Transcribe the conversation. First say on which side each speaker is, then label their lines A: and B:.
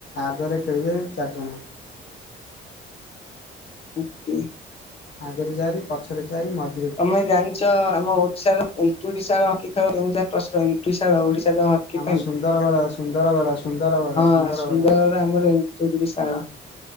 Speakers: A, on the left (about 65°); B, on the left (about 30°).
A: ଆଗରେ ଖେଳିବେ ଚାରିଜଣ
B: ଆଞେ <unintelligible>
A: ଆଗରେ ଚାରି ପଛରେ ଚାରି ମଝି
B: ତମେ ଜାଣିଛ ଆମ ଓଡିଶାର ଏୁଡିଶାର କି ଯା ପ୍ରଶ୍ନ ଏୁଶାର ଓଡିଶାର <unintelligible> କି
A: ଆମ
B: ପାଇଁ
A: ସୁନ୍ଦରଗଡ଼ ସୁନ୍ଦରଗଡ଼ ସୁନ୍ଦରଗଡ଼
B: ହଁ
A: ସୁନ୍ଦରଗଡ଼
B: ସୁନ୍ଦରଗଡ ଆମର <unintelligible>